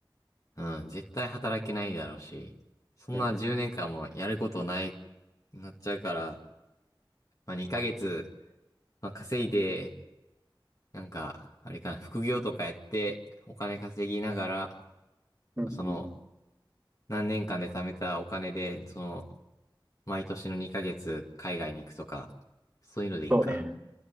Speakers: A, on the left (about 45°); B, on the right (about 15°).
A: うん、絶対働けないだろうし、そんな10年間もやることない、
B: う。うん。
A: なっちゃうから、まあ、2ヶ月、まあ、稼いで、なんか、あれかな、副業とかやって、お金稼ぎながら、
B: うんうん
A: その、何年間で貯めたお金で、その、毎年の2ヶ月海外に行くとか、そういうのでいいか。
B: そうね。